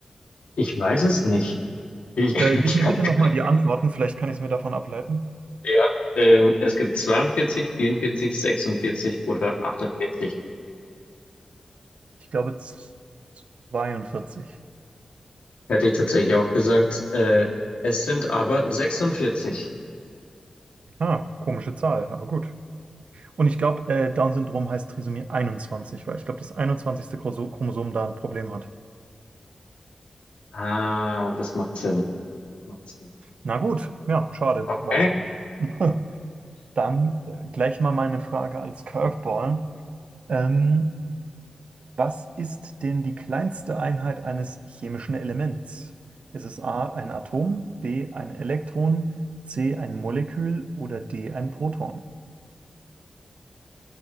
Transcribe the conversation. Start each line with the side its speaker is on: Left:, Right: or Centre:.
Left: ich weiß es nicht. Ich,
Right: Da,
Left: <laughs>
Right: gib
Left: ich
Right: mir
Left: hab,
Right: bitte
Left: keine-
Right: nochmal die Antworten, vielleicht kann ich es mir davon ableiten.
Left: ja, ähm, es gibt 42, 44, 46 oder 48.
Right: Ich glaube z- 42.
Left: Hätte ich tatsächlich auch gesagt. Äh, es sind aber 46.
Right: Ah, komische Zahl, aber gut. Und ich glaube, äh, Down-Syndrom heißt Trisomie 21, weil ich glaube, das einundzwanzigste Chroso- Chromosom da ein Problem hat.
Left: Ah, das macht Sinn. Das macht Sinn.
Right: Na gut, ja, schade,
Left: Okay.
Right: weiß ich nicht. <laughs> Dann äh, gleich mal meine Frage als Curveball. Ähm, was ist denn die kleinste Einheit eines chemischen Elements? Ist es A ein Atom, B ein Elektron, C ein Molekül oder D ein Proton?